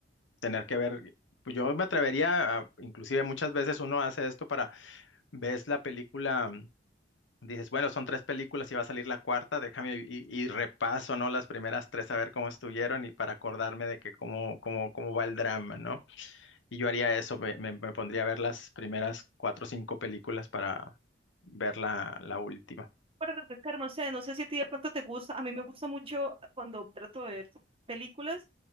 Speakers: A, on the left (about 85°); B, on the right (about 30°).
A: tener que ver, pues, yo me atrevería, a- inclusive muchas veces uno hace esto para, ves la película, dices, bueno, son tres películas y va a salir la cuarta, déjame y, y repaso, ¿no? Las primeras tres a ver cómo estuvieron y para acordarme de que cómo, cómo, cómo va el drama, ¿no? Y yo haría eso, me, me- me pondría a ver las primeras cuatro o cinco películas para ver la, la última.
B: Para refrescar, no sé, no sé si a ti de pronto te gusta, a mí me gusta mucho cuando trato de ver películas